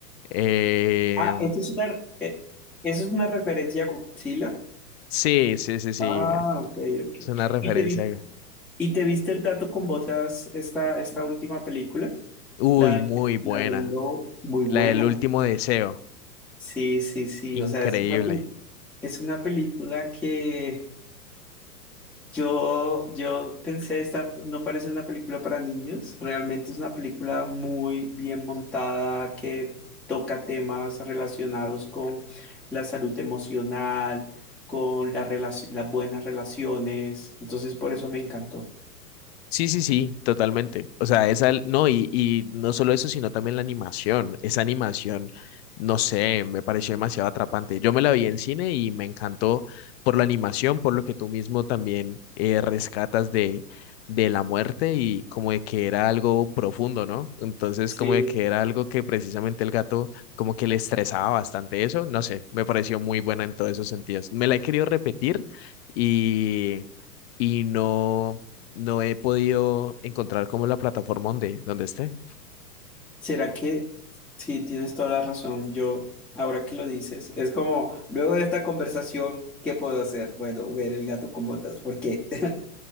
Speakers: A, on the left (about 40°); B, in the centre.
A: Eh,
B: Ah, esta es una, eh, esa es una referencia a Godzilla.
A: sí, sí, sí, sí.
B: Ah, ok, ok.
A: Es una referencia,
B: ¿Y te vis- y te viste el gato con botas esta, esta última película?
A: uy,
B: La
A: muy
B: de,
A: buena.
B: la del lobo, muy buena.
A: La del último deseo.
B: Sí, sí, sí. O
A: Increíble.
B: sea, es una, pel- es una película que Yo, yo pensé, esta no parece una película para niños, realmente es una película muy bien montada que toca temas relacionados con la salud emocional, con la relaci- las buenas relaciones, entonces por eso me encantó.
A: Sí, sí, sí, totalmente. O sea, esa, no, y, y no solo eso, sino también la animación. Esa animación, no sé, me pareció demasiado atrapante. Yo me la vi en cine y me encantó por la animación, por lo que tú mismo también eh, rescatas de, de la muerte y como de que era algo profundo, ¿no? Entonces,
B: Sí,
A: como de que era algo que precisamente el gato como que le estresaba bastante eso. No sé, me pareció muy buena en todos esos sentidos. Me la he querido repetir y, y no. No he podido encontrar como la plataforma donde, donde esté.
B: será que sí, tienes toda la razón. Yo, ahora que lo dices, es como, luego de esta conversación, ¿qué puedo hacer? Bueno, ver el gato con botas, porque <laughs>